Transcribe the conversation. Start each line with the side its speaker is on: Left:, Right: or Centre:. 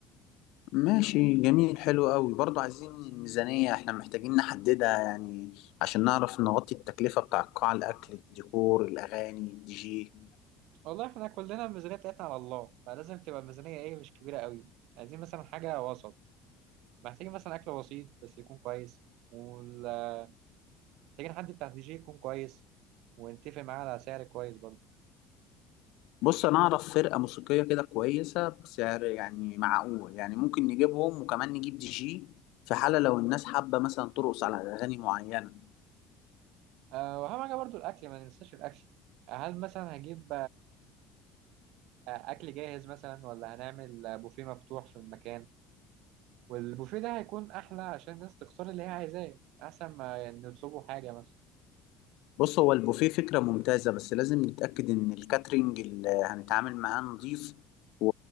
Left: ماشي جميل حلو قوي برضو عايزين الميزانية احنا محتاجين نحددها يعني عشان نعرف نغطي التكلفة بتاع القاعة الأكل الديكور الأغاني الدي جي
Right: والله احنا كلنا الميزانية بتاعتنا على الله فلازم تبقى الميزانية ايه مش كبيرة قوي عايزين مثلا حاجة وسط محتاجين مثلا أكل بسيط بس يكون كويس ومحتاجين حد بتاع دي جي يكون كويس ونتفق معاه على سعر كويس برضه
Left: بص أنا أعرف فرقة موسيقية كده كويسة بسعر يعني معقول يعني ممكن نجيبهم وكمان نجيب دي جي في حالة لو الناس حابة مثلا ترقص على أغاني معينة
Right: أه وأهم حاجة برضه الأكل ما ننساش الأكل هل مثلا هجيب اكل جاهز مثلا ولا هنعمل بوفيه مفتوح في المكان والبوفيه ده هيكون احلى عشان الناس تختار اللي هي عايزاه احسن ما نطلبوا حاجه مثلا
Left: بص هو البوفيه فكرة ممتازة بس لازم نتأكد إن الكاترينج اللي هنتعامل معاه نضيف و...